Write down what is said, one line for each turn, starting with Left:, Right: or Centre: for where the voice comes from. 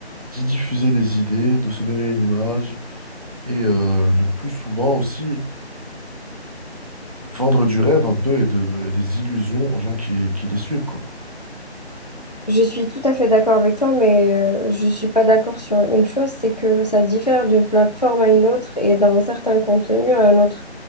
Right: d'y diffuser des idées, de se donner une image et euh, le plus souvent aussi vendre du rêve un peu et, de, et des illusions aux gens qui, qui les suivent, quoi.
Left: Je suis tout à fait d'accord avec toi, mais euh, je ne suis pas d'accord sur une chose, c'est que ça diffère d'une plateforme à une autre et d'un certain contenu à un autre.